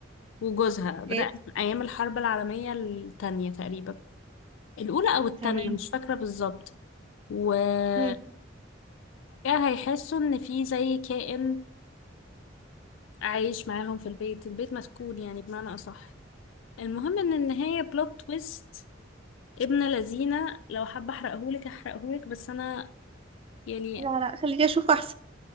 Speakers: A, on the left (about 80°); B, on the right (about 30°).
A: وجوزها
B: اوكي
A: بدأ من أيام الحرب العالمية التانية تقريبا الأولى أو التانية
B: تمام
A: مش فاكرة بالظبط وفجأة
B: امم
A: هيحسوا إن في زي كائن عايش معاهم في البيت البيت مسكون يعني بمعنى أصح المهم إن النهاية بلوت تويست ابن لذينة لو حابة أحرقهولك أحرقهولك بس أنا يعني
B: لا لا خليني اشوف احسن